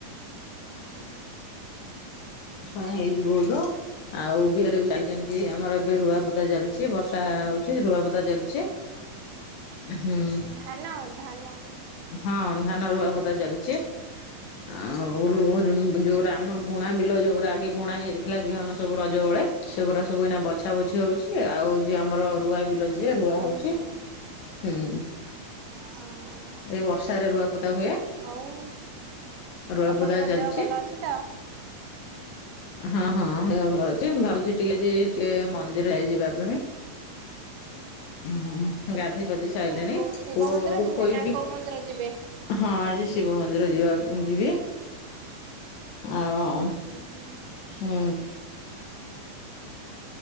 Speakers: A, on the right; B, on the left.
A: ହଁ
B: ହେଇିଜି ବହୁତ। ଆଉ ବିଲରେ ଚାଲିଛି ଏମିତି ଆମର ରୂଆ ପୋତା ଚାଲିଛି। ଦ ଚାଲିଛି ହୁଁ
A: ଧାନ ଧାନ
B: ହଁ ଧାନ
A: ଓହୋ।
B: ରୁଆ ବୁଦା ଚାଲଚି। ଆଉ <unintelligible> ଯୋଉ
A: ହୁଁ
B: ଆମର
A: ହୁଁ
B: ବୁଣା ବିଲ ଯୋଉ ଆଗେ ବୁଣା ହେଇଯାଇଥିଲା ବିହନ ସବୁ ରଜ ବେଳେ ସେଗୁଡା ସବୁ ଏଇନା ବଛା ବଛି ହଉଛି ଆଉ ଯିଏ ଆମର ରୁଆ ବି ଲ ଯିଏ ରୁଆ
A: ହୁଁ
B: ହଉଚି
A: ହୁଁ
B: ହୁଁ
A: ହଁ
B: ଏଇ ବର୍ଷାରେ ରୁଆପୋତା ହୁଏ।
A: ଆଉ
B: ରୁଆ
A: ଆପଣଙ୍କ
B: ବୁଦା ଚାଲିଛି
A: ଦେହ ଭଲ
B: ଆଉ
A: ଅଛି ତ?
B: ହଁ ହଁ ସେ <unintelligible>
A: ହୁଁ
B: ଅଛି
A: ହୁଁ
B: ମୁଁ ଭାବୁଚି ଟିକେ ଯିବି ଟିକେ ମନ୍ଦିର ଯିବା ପାଇଁ ହଁ ଗାଧେଇ ପାଧେଇ ସାଇଲେଣି
A: ଆଉ କୋଉ
B: ପୁଅ
A: ଶିବ ମନ୍ଦିର
B: କୁ
A: ଯିବେ
B: ଖୋଇବି।
A: ନା କୋଉ ମନ୍ଦିର ଯିବେ?
B: ହଁ ଆଜି ଶିବ ମନ୍ଦିର ଯିବା ଯିବି ଆଉ
A: ହୁଁ, ହୁଁ।
B: ହୁଁ।